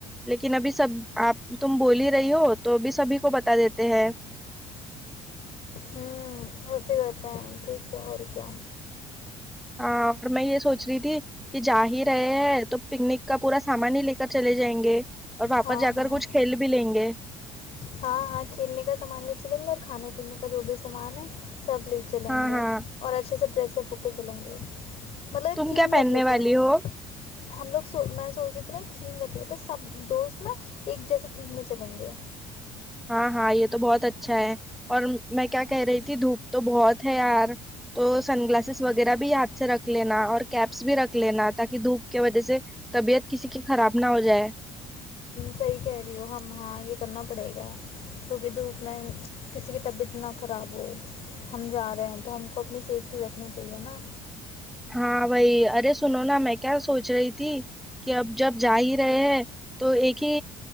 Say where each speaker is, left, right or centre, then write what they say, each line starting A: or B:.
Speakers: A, in the centre; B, on the left (about 55°).
A: لیکن ابھی سب آپ تم بول ہی رہی ہو تو ابھی سبھی کو بتا دیتے ہیں
B: ہوں ویسے کہتے ہیں ٹھیک ہے اور کیا
A: ہاں اور میں یہ سوچ رہی تھی کہ جا ہی رہے ہیں تو پکنک کا پورا سامان ہی لے کر چلے جائیں گے اور واپس
B: ہاں
A: جا
B: ہاں
A: کر کچھ کھیل بھی لیں گے
B: ہاں ہاں کھیلنے کا سامان لے چلیں گے اور کھانے پینے کا جو بھی سامان ہے سب لے چلیں
A: ہاں
B: گے
A: ہاں
B: اور اچھے سے پیسے بک کے چلیں گے مطلب ایک
A: تم
B: تھیم
A: کیا پہننے
B: رکھ لیتے
A: والی
B: ہیں
A: ہو
B: ہم لوگ میں سوچ رہی ت نا ایک تھیم رکھ سب دوست نا ایک جیسا تھیم میں چلیں گے
A: ہاں ہاں یہ تو بہت اچھا ہے اور میں کیا کہہ رہی تھی دھوپ تو بہت ہے یار تو سن گلاسز وغیرہ بھی ہاتھ سے رکھ لینا اور کیپس بھی رکھ لینا تاکہ دھوپ کی وجہ سے طبیعت کسی کی خراب نہ ہو جائے
B: صحیح کہہ رہی ہو ہم ہاں یہ کرنا پڑے گا کیونکہ دھوپ میں کسی کی طبیعت نہ خراب ہو ہم جا رہے ہیں تو ہم کو اپنی سیفٹی رکھنی چاہیے نا
A: ہاں وہائی ارے سنو نا میں کیا سوچ رہی تھی کہ اب جب جا ہی رہے ہیں تو ایک ہی